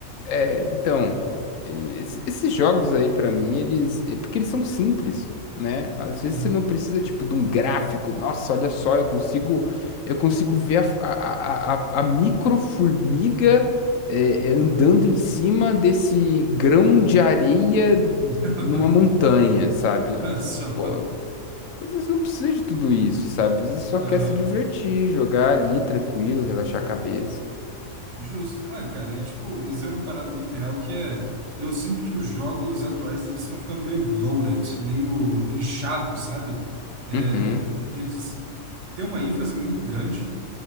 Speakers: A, on the left; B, on the right.
A: É, então, esse- esses jogos aí pra mim, eles, é porque eles são simples, né? Às vezes
B: uhum.
A: você não precisa tipo de um gráfico. Nossa, olha só, eu consigo, eu consigo ver a, a, a, a- a micro formiga é, é, andando em cima desse grão de areia numa
B: <laughs>
A: montanha, sabe?
B: Só.
A: Pô, às vezes não precisa de tudo isso, sabe? Às vezes só quer
B: Aham.
A: se divertir, jogar ali tranquilo, relaxar a cabeça.
B: Justo. Ah, cara, e tipo, isso é uma parada muito real que é. Eu sinto que os jogos atuais eles estão ficando meio bloated, meio inchados, sabe? É,
A: Uhum,
B: eles têm uma ênfase muito grande